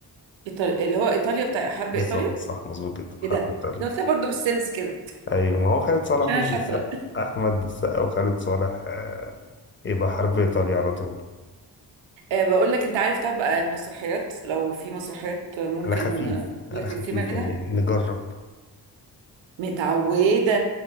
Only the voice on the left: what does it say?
بالظبط
صح مظبوط جدا حركت
عليه
ايوه ما هو خالد صالح
احمد
السقا احمد السقا وخالد صالح آه، يبقى حرب ايطاليا على طول
على خفيف
على
خفيف
يعني نجرب